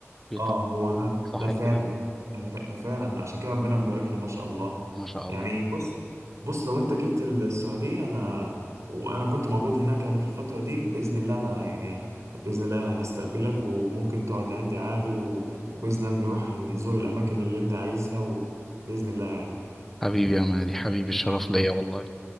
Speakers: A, in the centre; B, on the right.
A: بيطلع
B: اه هو ده
A: صح
B: ده فعلا
A: كده
B: ده ف- ده فعلا عشان كده ربنا مبارك له ما شاء الله
A: ما شاء
B: يعني
A: الله
B: بص بص لو انت جيت السعودية انا وانا كنت موجود هناك يعني في الفترة دي بإذن الله انا يعني بإذن الله هستقبلك وممكن تقعد عندي عادي و... وبإذن الله نروح نزور الاماكن اللي انت عايزها وبإذن الله يعني
A: حبيبي يا مهدي حبيبي الشرف
B: آه.
A: ليا والله